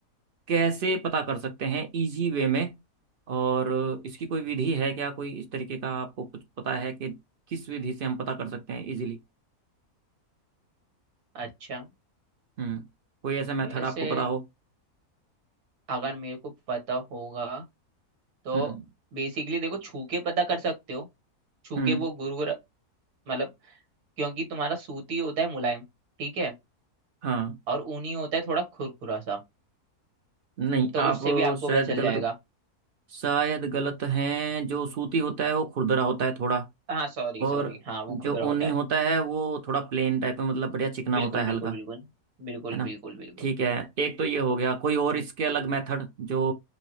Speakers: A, on the right; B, on the right.
A: कैसे पता कर सकते हैं इजी वे में और इसकी कोई विधि है क्या कोई इस तरीके का आपको कुछ पता है कि किस विधि से हम पता कर सकते हैं इजीली
B: अच्छा
A: हम्म कोई ऐसा मेथड
B: वैसे
A: आपको पता हो
B: अगर मेरे को पता होगा तो
A: हम्म
B: बेसिकली देखो छू के पता कर सकते हो छू
A: हम्म
B: के वो गुरु गुर- मतलब क्योंकि तुम्हारा सूती होता है मुलायम ठीक है
A: हाँ
B: और ऊनी होता है थोड़ा खुरखुरा सा
A: नहीं
B: तो
A: आप
B: उससे भी आपको
A: शायद
B: पता चल
A: गलत
B: जाएगा
A: शायद गलत हैं जो सूती होता है वो खुरदरा होता है थोड़ा
B: हाँ सॉरी सॉरी
A: और
B: हाँ वो
A: जो
B: खुदरा होता
A: ऊनी
B: है
A: होता है वो थोड़ा प्लेन टाइप में मतलब बढ़िया चिकना
B: बिल्कुल
A: होता है हल्का
B: बिल्कुल बिल्कुल बिल्कुल
A: है ना
B: बिल्कुल बिल्कुल
A: ठीक है एक तो ये हो गया कोई और इसके अलग मेथड जो